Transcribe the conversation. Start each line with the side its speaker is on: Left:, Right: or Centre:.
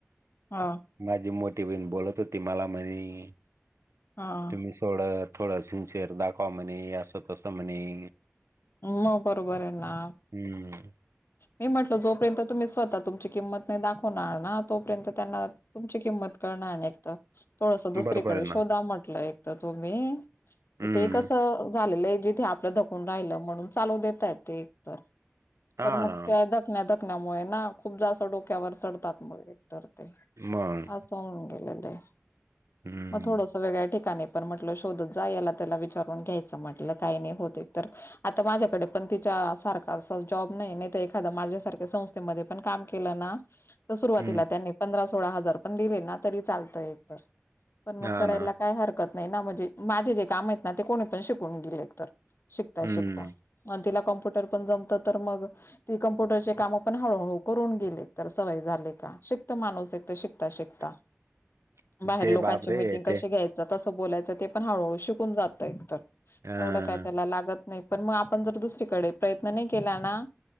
Left: हा.
Right: माझी मोठी बहिण बहीण बोलत होती मला म्हणे.
Left: हा.
Right: मि सोडं थोडं सिन्सियर दाखवा म्हणे असं तसं म्हणे.
Left: म बरोबर आये ना.
Right: हम्म.
Left: मी म्हटल जोपर्यंत तुम्ही स्वतः तुमची किंमत नाही दाखवणार ना, तोपर्यंत त्यांना तुमची किंमत कळणार नाइ एकत, थोडस दुसरीकडे
Right: बरोबर आहे ना
Left: शोधा म्हटलं एक तर तुम्ही.
Right: हम्म
Left: ते एक कसं झालेलं आहे जिथे आपलं धकून राहिलं, म्हणून चालू देताय ते एक तर
Right: हा
Left: पण मग
Right: ना
Left: त्या धकण्या धकण्यामुळे ना, खूप जास्त डोक्यावर चढतात मग एकतर ते.
Right: मग?
Left: साउंड याय लागलंय
Right: हम्म
Left: म थोडसं वेगळ्या ठिकाणी पण म्हटलं शोधत जा, याला त्याला विचारून घ्यायचं म्हटलं काही नाही होते तर. आता माझ्याकडे पण तिच्या सारखा अस जॉब नाही, नाहीतर एखादा माझ्यासारख्या संस्थेमध्ये पण काम केलं ना, तर सुरुवातीला
Right: हम्म
Left: त्यांनी पंधरा-सोळा हजार पण दिले ना तरी चालत एक तर पण मग
Right: हा
Left: करायला
Right: ना
Left: काही हरकत नाही ना, म्हणजे माझे जे काम आहेत ना ते कोणी पण शिकून गेइल एक तर शिकता
Right: हम्म
Left: शिकता. अं तिला कॉम्प्युटर पण जमतं तर मग ती कम्प्युटरचे काम पण हळूहळू करून गेइल तर सवय झाले का, शिकत माणूस एकदा शिकता शिकता.
Right: <unintelligible>
Left: बाहेर
Right: ते
Left: लोकांची
Right: बापरे
Left: मिटिंग कशी
Right: ते
Left: घ्यायचं? तसं बोलायचं ते पण हळूहळू शिकून जात एकतर,
Right: अ
Left: एवढं काय त्याला लागत नाही पण मग आपण जर दुसरीकडे प्रयत्न नाही केल ना,